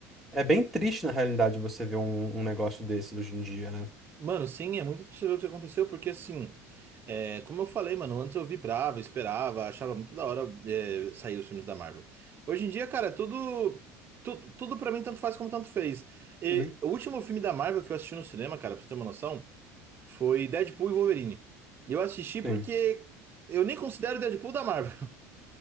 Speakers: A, in the centre; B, on the right.
A: é bem triste na realidade você ver um, um negócio desses hoje em dia, né?
B: Mano, sim, é muito triste ver o que aconteceu, porque assim, é, como eu falei, mano, antes eu vibrava, esperava, achava muito da hora, é, sair os filmes da Marvel. Hoje em dia, cara, tudo. Tudo, tudo pra mim tanto faz como tanto fez. E
A: Uhum,
B: o último filme da Marvel que eu assisti no cinema, cara, pra você ter uma noção. Foi Deadpool e Wolverine. E Eu assisti porque
A: sim.
B: eu nem considero Deadpool da Marvel.